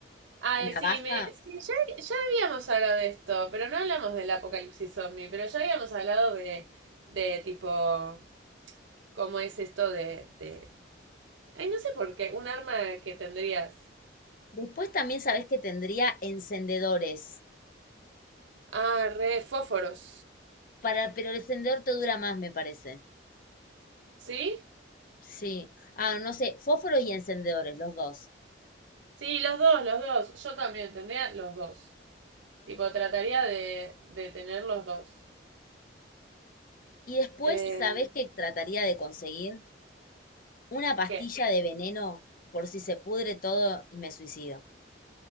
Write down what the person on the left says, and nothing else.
navaja?
Después también sabes que tendría encendedores,
para, pero el encendedor te dura más, me parece.
Sí. Ah, no sé, fósforo y encendedores, los dos.
Y después,
¿sabes que trataría de conseguir? Una pastilla
de veneno por si se pudre todo y me suicido.